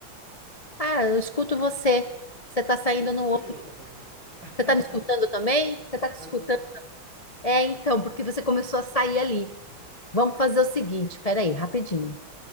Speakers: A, on the left; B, on the right.
A: Ah, eu escuto você. Você está saindo
B: Eu escutei
A: no outro.
B: eu também. <laughs>
A: Você está me escutando também? Você está te
B: Eu
A: escutando?
B: tô.
A: É, então, porque você começou a sair ali. Vamos fazer o seguinte, peraí, rapidinho.